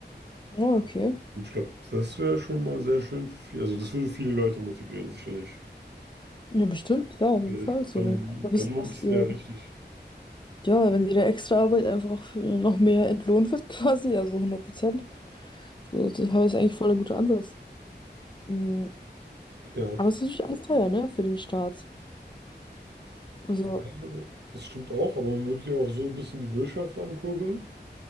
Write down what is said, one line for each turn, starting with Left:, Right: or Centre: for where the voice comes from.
Left: Ja, okay.
Right: Und ich glaube, das wäre schon mal sehr schön für viel, also das würde viele Leute motivieren, sicherlich.
Left: Ja, bestimmt, klar, auf
Right: Weil
Left: jeden Fall. So,
Right: Dann,
Left: wenn ihr einfach wisst,
Right: dann lohnt
Left: dass
Right: es
Left: ihr,
Right: ja richtig.
Left: ja, wenn ihre Extraarbeit einfach äh, noch mehr entlohnt wird, <laughs> quasi, also hundert Prozent. So, Das ist eigentlich voll ein guter Ansatz. Mm,
Right: Ja,
Left: Aber es ist natürlich alles teuer, ne, für den Staat. Also,
Right: ja, das stimmt auch, aber man würde ja auch so ein bisschen die Wirtschaft ankurbeln